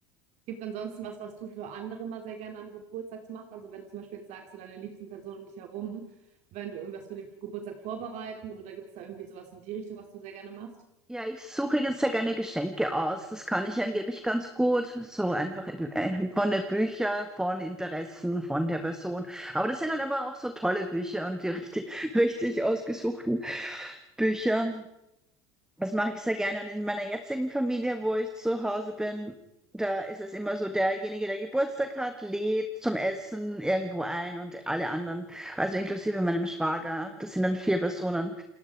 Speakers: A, on the right (about 55°); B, in the centre.
A: Gibt es ansonsten was, was du für andere mal sehr gerne am Geburtstag machst? Also wenn du zum Beispiel jetzt sagst, so deine liebsten Personen um dich herum, wenn du irgendwas für den Geburtstag vorbereiten oder gibt es da irgendwie sowas in die Richtung, was du sehr gerne machst?
B: Ja, ich suche jetzt sehr gerne Geschenke aus. Das kann ich angeblich
A: Mhm.
B: ganz gut. So einfach äh, von den Büchern, von Interessen, von der Person. Aber das sind dann immer auch so tolle Bücher und die richtig, <laughs> richtig ausgesuchten Bücher. Das mache ich sehr gerne. Und in meiner jetzigen Familie, wo ich zu Hause bin, da ist es immer so, derjenige, der Geburtstag hat, lädt zum Essen irgendwo ein und alle anderen, also inklusive meinem Schwager, das sind dann vier Personen,